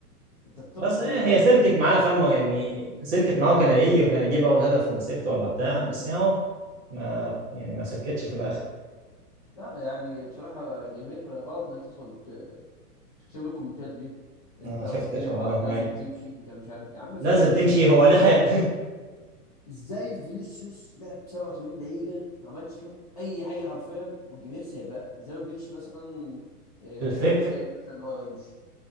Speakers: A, on the left (about 25°); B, on the right (about 45°).
A: انت بتقحم
B: بس ايه
A: الواد
B: هي سلكت معاه فاهمه يعني سلكت معاه كان هيجي وكان يجيب اول هدف في مسيرته ولا بتاع بس يعني اهو ما يعني ما سلكتش في الاخر
A: لا يعني بصراحة الجماهير غلط إن هي تدخل ت- تكتب له الكومنتات دي أنت
B: ما شفتش
A: فضيحة
B: والله
A: أنت لازم
B: حاجه
A: تمشي أنت مش عارف يا عم
B: لازم
A: في إيه أنتوا
B: تمشي
A: سايبين
B: هو
A: فينيسيوس
B: لحق
A: إزاي فينيسيوس لعب 87 دقيقة ما عملش فيهم أي حاجة حرفيا والجماهير سايباه زي ما فيش مثلا آه،
B: <laughs> الفكر
A: هاشتاج مثلا إن هو يمشي